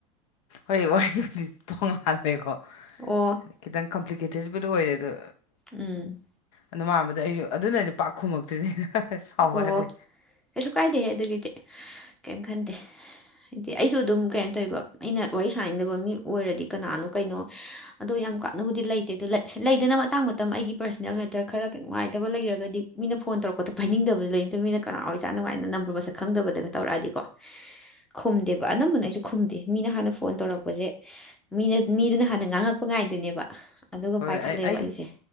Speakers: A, on the left; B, in the centre.
A: ꯍꯣꯏ ꯋꯥꯔꯤꯕꯨꯗꯤ ꯇꯣꯡꯉꯥꯜꯂꯦꯀꯣ
B: ꯑꯣ
A: ꯈꯤꯇꯪ ꯀꯝꯄ꯭ꯂꯤꯀꯦꯇꯦꯠꯕꯨꯗꯤ ꯑꯣꯏꯔꯦ ꯑꯗꯣ
B: ꯎꯝ
A: ꯑꯗꯨ ꯃꯥꯟꯕꯗ ꯑꯩꯁꯨ ꯑꯗꯨꯅꯅꯦ ꯄꯥꯛ ꯈꯨꯝꯃꯛꯇ꯭ꯔꯤ ꯁꯥꯎꯕ
B: ꯑꯣ
A: ꯌꯥꯗꯦ
B: ꯀꯩꯁꯨ ꯀꯥꯏꯗꯦꯍꯦ ꯑꯗꯨꯒꯤꯗꯤ ꯀꯩꯝ ꯈꯟꯗꯦ ꯍꯥꯏꯗꯤ ꯑꯩꯁꯨ ꯑꯗꯨꯝ ꯀꯩꯅꯣ ꯇꯧꯋꯦꯕ ꯑꯩꯅ ꯋꯥꯔꯤ ꯁꯥꯟꯅꯅꯤꯡꯗꯕ ꯃꯤ ꯑꯣꯏꯔꯗꯤ ꯀꯅꯥꯅꯣ ꯀꯩꯅꯣ ꯑꯗꯣ ꯌꯥꯝ ꯀꯥꯟꯅꯕꯨꯗꯤ ꯂꯩꯇꯦ ꯑꯗꯣ ꯂꯩꯗꯅ ꯃꯇꯥꯡ ꯃꯇꯝ ꯑꯩꯒꯤ ꯄꯔꯁꯅꯦꯜ ꯃꯦꯇꯔ ꯈꯔ ꯅꯨꯡꯉꯥꯏꯇꯕ ꯂꯩꯔꯒꯗꯤ ꯃꯤꯅ ꯐꯣꯟ ꯇꯧꯔꯛꯄꯗ ꯄꯥꯏꯅꯤꯡꯗꯕꯁꯨ ꯂꯩ ꯗꯨ ꯃꯤꯅ ꯀꯅꯥ ꯑꯣꯏꯖꯥꯠꯅꯣ ꯀꯥꯏꯅ ꯅꯝꯕꯔ ꯃꯁꯛ ꯈꯪꯗꯕꯗꯒ ꯇꯧꯔꯛꯑꯗꯤꯀꯣ ꯈꯨꯝꯗꯦꯕ ꯑꯅꯝꯕꯅ ꯑꯩꯁꯨ ꯈꯨꯝꯗꯦ ꯃꯤꯅ ꯍꯥꯟꯅ ꯐꯣꯟ ꯇꯧꯔꯛꯄꯖꯦ ꯃꯤꯅ ꯃꯤꯗꯨꯅ ꯍꯥꯟꯅ ꯉꯥꯡꯉꯛꯄ ꯉꯥꯏꯗꯣꯏꯅꯦꯕ ꯑꯗꯨꯒ
A: ꯍꯣꯏ
B: ꯄꯥꯏꯈꯠꯂꯦꯕ
A: ꯑꯩ ꯑꯩ
B: ꯑꯩꯁꯦ